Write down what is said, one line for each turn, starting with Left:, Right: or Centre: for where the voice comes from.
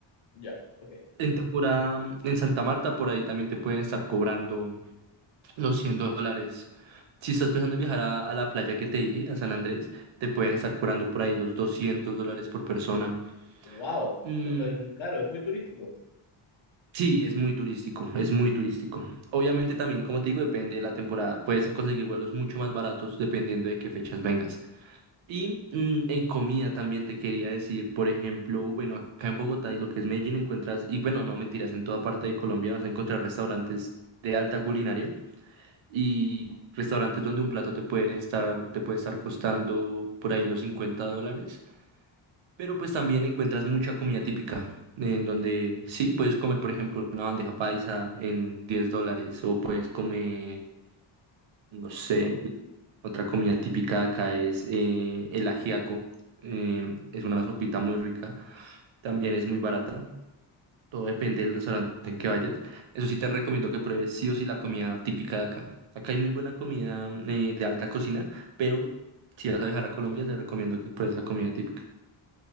Left: ya, ok.
Right: En temporada mm, en Santa Marta, por ahí también te pueden estar cobrando los 100 dólares. Si estás pensando en viajar a, a la playa que te dije, a San Andrés, te pueden estar cobrando por ahí los 200 dólares por persona.
Left: Wow,
Right: Mm,
Left: súper caro, es muy turístico.
Right: Sí, es muy turístico, es muy turístico. Obviamente también, como te digo, depende de la temporada. Puedes conseguir vuelos mucho más baratos dependiendo de qué fechas vengas. Y mm, en comida también te quería decir, por ejemplo, bueno, acá en Bogotá y lo que es Medellín encuentras, y bueno, no mentiras, en toda parte de Colombia vas a encontrar restaurantes de alta culinaria y restaurantes donde un plato te pueden estar, te puede estar costando por ahí los cincuenta dólares pero pues también encuentras mucha comida típica, en donde sí, puedes comer, por ejemplo, una bandeja paisa en 10 dólares, o puedes comer, no sé, otra comida típica de acá es eh, el ajiaco, eh, es una sopita muy rica, también es muy barata, todo depende del restaurante en que vayas. Eso sí te recomiendo que pruebes sí o sí la comida típica de acá. Acá hay muy buena comida eh, de alta cocina, pero si vas a viajar a Colombia, te recomiendo que pruebes la comida típica.